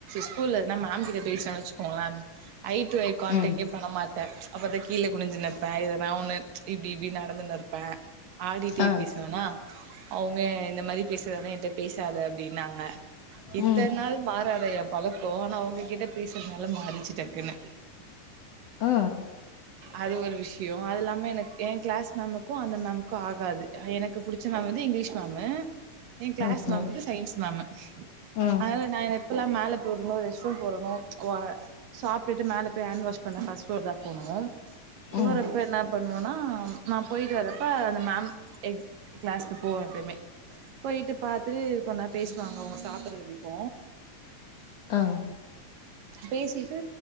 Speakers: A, on the right (about 75°); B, on the left (about 55°).
A: ஸ்கூல்ல நா மேம் கிட்ட பேசன்னு வச்சுக்கோங்களே அந் ஐ டு ஐ கான்டக்டே
B: ம்
A: பண்ண மாட்டே அப்பதா கீழ குனுஞ்சு நைப்பே எதனா ஒண்ணு இப்டி இப்டி நடந்துன்னு இரு ப்ப ஆடிட்டே
B: ஆ
A: பேசுவேனா அவுங்க இந்த மாரி பேசுவனா என்ட்ட பேசாத அப்டின்னாங்க இத்தன
B: ம்
A: நாள் மாறாத ஏ பொழப்பு ஆனா அவங்ககிட்ட பேசுறதுனால மாறிச்சி டக்குன்னு
B: ஆ
A: அது ஒரு விஷயோ அது இல்லாம எனக்கு என் கிளாஸ் மேம்க்கு க்கும் அந்த மேமுக்கு ஆகாது எனக்கு புடிச்ச மேம் வந்து இங்கிலீஷ் மேமு என் கிளாஸ்
B: ஓகே
A: மேம் வந்து சயின்ஸ் மேம்
B: ஆ
A: அது நானு இப்பெல்லா மேல போறனோ ரெஸ்ட்ரூம் போறனோ சாப்டுட்டு மேல போய் ஹேன்ட் வாஷ் பண்ண ஃபர்ஸ்ட் ஃப்ளோர் தா போணு போறப்ப
B: ம்
A: என்ன பண் ஆனா நாம்ப் போயிட்டு வரப்ப அந்த மேம் எக் கிளாஸ்கு போவே எப்பயுமே போயிட்டு பாத்து கொஞ்நேறோ பேசுவாங்க அவங்க சாப்பற வரைக்கு
B: ஆ
A: பேசிட்டு